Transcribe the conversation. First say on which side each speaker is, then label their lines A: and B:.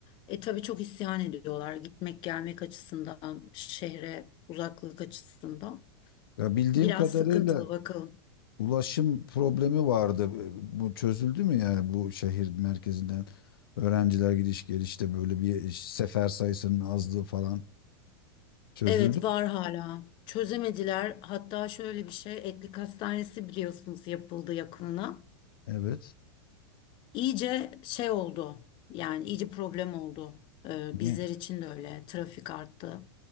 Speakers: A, on the left; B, on the left.
A: E tabii çok isyan ediyorlar gitmek gelmek açısından, şehre uzaklık açısından.
B: Ya bildiğim
A: Biraz
B: kadarıyla
A: sıkıntılı bakalım.
B: ulaşım problemi vardı. E, Bu çözüldü mü yani bu şehir merkezinden öğrenciler gidiş gelişte böyle bir sefer sayısının azlığı falan çözüldü
A: Evet
B: mü?
A: var hala. Çözemediler. Hatta şöyle bir şey Etlik Hastanesi biliyorsunuz yapıldı yakınına.
B: Evet.
A: İyice şey oldu. Yani iyice problem oldu. Ee,
B: Niye?
A: bizler için de öyle. Trafik arttı.